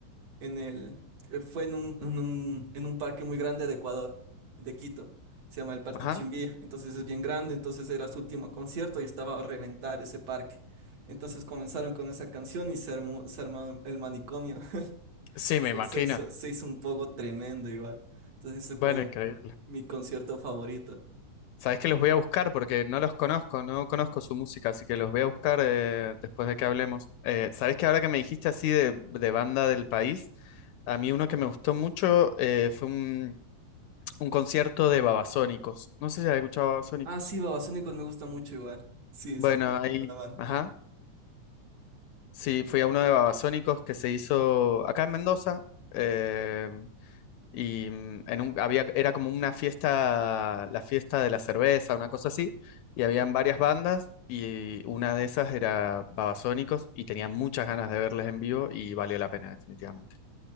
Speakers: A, on the right; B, on the left.
A: en el, eh, fue en un, en un, en un parque muy grande de Ecuador, de Quito. Se llama el Parque
B: ajá.
A: Chimbía, entonces es bien grande, entonces era su último concierto y estaba a reventar ese parque. Entonces comenzaron con esa canción y se armó, se armó el manicomio. <laughs>
B: Sí,
A: Se,
B: me imagino.
A: se hizo, se hizo un poco tremendo igual. Entonces ese fue
B: Bueno, increíble.
A: mi concierto favorito.
B: Sabes que los voy a buscar porque no los conozco, no conozco su música, así que los voy a buscar eh, después de que hablemos. Eh, sabes que ahora que me dijiste así de, de banda del país, a mí uno que me gustó mucho eh, fue un un concierto de Babasónicos. No sé si has escuchado Babasónicos.
A: Ah, sí, Babasónicos me gusta mucho igual. Sí, es
B: Bueno,
A: una
B: ahí,
A: muy buena banda.
B: ajá. Sí, fui a uno de Babasónicos que se hizo acá en Mendoza. eh, y mm, en un, había, era como una fiesta, la fiesta de la cerveza, una cosa así. Y habían varias bandas y una de esas era Babasónicos y tenía muchas ganas de verles en vivo y valió la pena, definitivamente.